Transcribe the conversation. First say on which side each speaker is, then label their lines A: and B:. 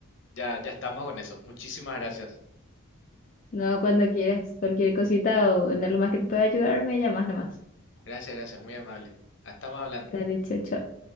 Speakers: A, on the left (about 55°); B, on the left (about 35°).
A: ya, ya estamos con eso. Muchísimas gracias.
B: No, cuando quieras. Cualquier cosita o en algo más que te pueda ayudar, me llamas nomás.
A: Gracias, gracias, muy amable. Ah, Estamos hablando.
B: Dale, chao, chao.